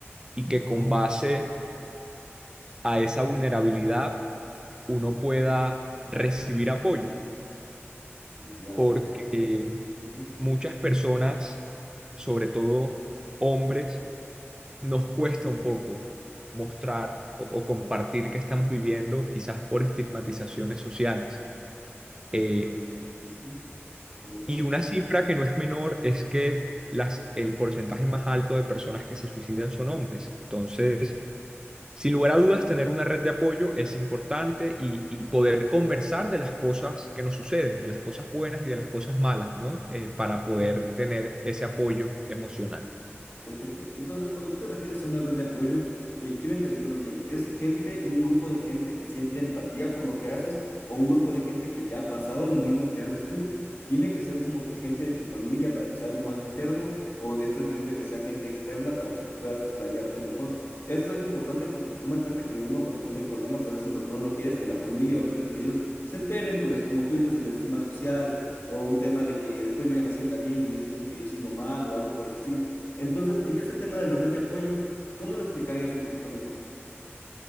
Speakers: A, on the right; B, on the left.
A: y que con base a esa vulnerabilidad uno pueda recibir apoyo,
B: Ya,
A: porque
B: perfecto. Ujú.
A: muchas personas, sobre todo hombres, nos cuesta un poco mostrar o, o compartir que estamos viviendo, quizás por estigmatizaciones sociales.
B: Sí,
A: Eh,
B: claro, sí. Ujú. Completamente.
A: y una cifra que no es menor es que las, el porcentaje más alto de personas que se suicidan son hombres. Entonces, Sin lugar a dudas, tener una red de apoyo es importante y, y poder conversar de las cosas que nos suceden, de las cosas buenas y de las cosas malas, ¿no? Eh, para poder tener ese apoyo emocional.
B: Perfecto. Entonces, cuando tú te refieres a una red de apoyo, eh, quiero entenderlo bien. ¿Es gente, un grupo de gente que siente empatía por lo que haces o un grupo de gente que ya ha pasado lo mismo que haces tú? ¿Tiene que ser como que gente de tu familia para que sea algo más interno o es preferible que sea gente externa para que tú puedas explayarte mejor? Eso es algo importante porque toma en cuenta que uno cuando tiene problemas, a veces lo que uno no quiere es que la familia o los seres queridos se enteren, pues como tú dices, de la estima social o un tema de que después yo ya me sienta bien y ellos piensen que yo sigo mal o algo por el estilo. Entonces, en este tema de la red de apoyo, ¿cómo lo explicarías un poquito mejor?